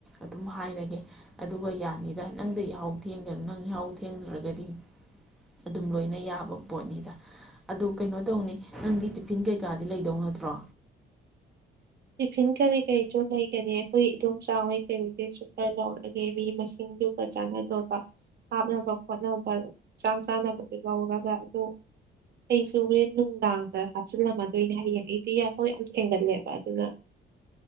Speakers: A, in the centre; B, on the right (about 55°).
A: ꯑꯗꯨꯝ ꯍꯥꯏꯔꯒꯦ ꯑꯗꯨꯒ ꯌꯥꯅꯤꯗ ꯅꯪꯗ ꯌꯥꯍꯧ ꯊꯦꯡꯒꯅꯣ ꯅꯪ ꯌꯥꯍꯧ ꯊꯦꯡꯗ꯭ꯔꯒꯗꯤ ꯑꯗꯨꯝ ꯂꯣꯏꯅ ꯌꯥꯕ ꯄꯣꯠꯅꯤꯗ ꯑꯗꯨ ꯀꯩꯅꯣ ꯇꯧꯅꯤ ꯅꯪꯒꯤ ꯇꯤꯐꯤꯟ ꯀꯩꯀꯥꯗꯤ ꯂꯩꯗꯧ ꯅꯠꯇ꯭ꯔꯣ
B: ꯇꯤꯐꯤꯟ ꯀꯔꯤ ꯀꯔꯤꯗꯣ ꯂꯩꯒꯅꯤ ꯑꯩꯈꯣꯏ ꯏꯗꯣꯝ ꯆꯥꯎꯋꯤ ꯀꯩꯍꯩ ꯀꯩꯁꯨꯨ ꯈꯔ ꯂꯧꯔꯒꯦ ꯃꯤ ꯃꯁꯤꯡꯗꯨꯒ ꯆꯥꯟꯅꯗꯣꯕ ꯍꯥꯞꯅꯕ ꯈꯣꯠꯅꯕ ꯆꯥꯛ ꯆꯥꯅꯕꯗꯨ ꯂꯧꯔꯒ ꯑꯗꯨꯗ ꯑꯩꯁꯨ ꯍꯣꯔꯦꯟ ꯅꯨꯡꯗꯥꯡꯗ ꯍꯥꯞꯆꯤꯜꯂꯝꯃꯗꯣꯏꯅꯦ ꯍꯌꯦꯡ ꯑꯩꯗꯤ ꯌꯥꯏꯈꯣꯏ ꯌꯥꯝ ꯊꯦꯡꯎꯟꯂꯦꯕꯥ ꯑꯗꯨꯅ